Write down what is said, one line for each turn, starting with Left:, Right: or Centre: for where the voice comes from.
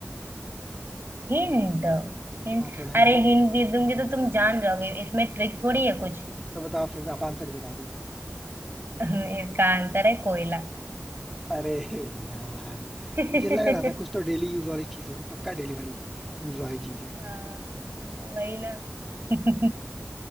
Right: hint hint
Centre: हाँ थोड़ा हिंट
Right: अरे
Centre: दो
Right: हिंट दे दूंगी तो तुम जान जाओगे इसमें ट्रिक थोड़ी है कुछ
Centre: तो बताओ फिर आप आंसर ही बता दो
Right: <laughs> इसका आंसर है कोयला
Centre: अरे यार
Right: <laughs>
Centre: मुझे लग रहा था कुछ तो डेली यूज वाली चीज होगी पक्का डेली वाली यूज वाली चीज है
Right: हाँ, वही ना <laughs>